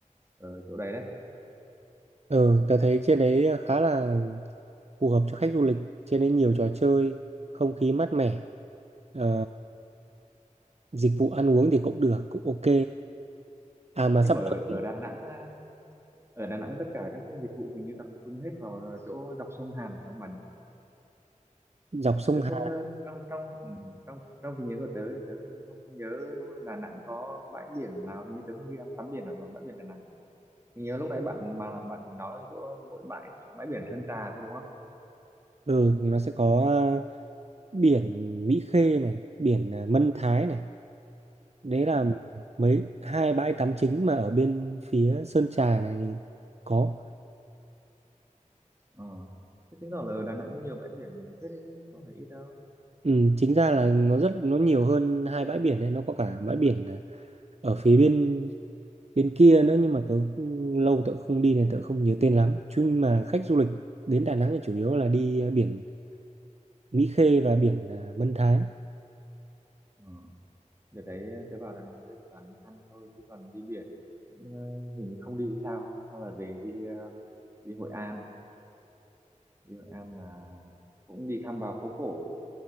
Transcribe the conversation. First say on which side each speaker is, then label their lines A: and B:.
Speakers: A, on the right; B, on the right.
A: ở chỗ đấy đấy
B: ừ, tớ thấy trên đấy khá là phù hợp cho khách du lịch trên đấy nhiều trò chơi không khí mát mẻ ờ, dịch vụ ăn uống thì cũng được cũng ok à mà
A: nhưng
B: sắp
A: mà ở
B: tới
A: ở Đà Nẵng à, ở Đà Nẵng tất cả các cái dịch vụ hình như tập trung hết vào ờ, chỗ dọc sông Hàn phải không bạn
B: dọc sông
A: tớ
B: Hàn
A: không à, trong trong ừ, trong trong trí nhớ của tớ thì tớ không không nhớ Đà Nẵng có bãi biển nào hình như tớ không đi tắm biển ở bãi biển Đà Nẵng Mình nhớ lúc nãy bạn mà bạn nói chỗ mỗi bãi bãi biển Sơn Trà thôi đúng không?
B: ừ, nó sẽ có biển Mỹ Khê này biển à, Mân Thái này đấy là
A: Ừ.
B: mấy hai bãi tắm chính mà ở bên phía Sơn Trà này có
A: Ờ. Thế chứng tỏ là ở Đà Nẵng cũng nhiều bãi biển thế đấy chứ không phải ít đâu.
B: ừ, chính ra là nó rất nó nhiều hơn hai bãi biển đấy nó có cả bãi biển à, ở phía bên bên kia nữa nhưng mà tớ cũng- lâu tớ không đi nên tớ không nhớ tên lắm chứ mà khách du lịch đến Đà Nẵng thì chủ yếu là đi à, biển Mỹ Khê và biển à, Mân Thái
A: Ờ. Đợt đấy ờ, tớ vào Đà Nẵng tớ chỉ toàn đi ăn thôi chứ còn đi biển cũng, ờ, hình như không đi thì sao sao là về đi ờ, đi Hội An đi Hội An là cũng đi thăm vào phố cổ